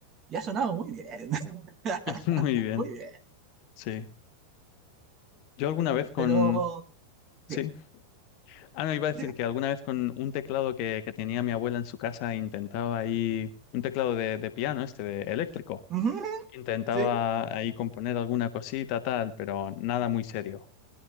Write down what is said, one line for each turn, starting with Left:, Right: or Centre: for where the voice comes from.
Right: y ha sonado muy bien,
Left: <laughs> Muy
Right: <laughs>
Left: bien,
Right: muy bien.
Left: sí. Yo alguna vez con...
Right: Pero,
Left: Sí.
Right: diga,
Left: Ah, no, iba a decir
Right: dime.
Left: que alguna vez con un teclado que, que tenía mi abuela en su casa intentaba ahí... Un teclado de, de piano, este, de eléctrico.
Right: Ujú,
Left: Intentaba
Right: Sí,
Left: ahí componer alguna cosita, tal, pero nada muy serio.